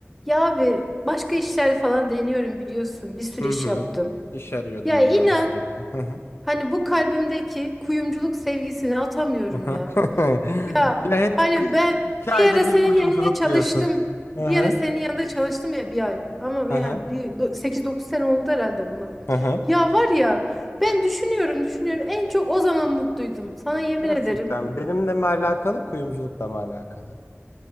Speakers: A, in the centre; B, on the left.
A: Ya abi başka işler falan deniyorum biliyorsun. Bir sürü
B: Hı
A: iş
B: hı.
A: yaptım.
B: İş arıyordum
A: Ya inan
B: bir ara sürekli. Hı hı.
A: hani bu kalbimdeki kuyumculuk sevgisini atamıyorum
B: Hı
A: ya.
B: <laughs>
A: Ya
B: Ya hep
A: hani
B: k-
A: ben
B: iki ayda
A: bir ara
B: bir
A: senin
B: kuyumculuk
A: yanında çalıştım.
B: diyorsun. Hı
A: Bir
B: hı.
A: ara senin yanında çalıştım ya bir ay. Ama
B: Hı
A: yani
B: hı.
A: bir 8-9 sene oldu herhalde buna.
B: Hı hı.
A: Ya var ya ben düşünüyorum düşünüyorum en çok o zaman mutluydum. Sana yemin
B: Gerçekten
A: ederim.
B: benimle mi alakalı, kuyumculukla mı alakalı?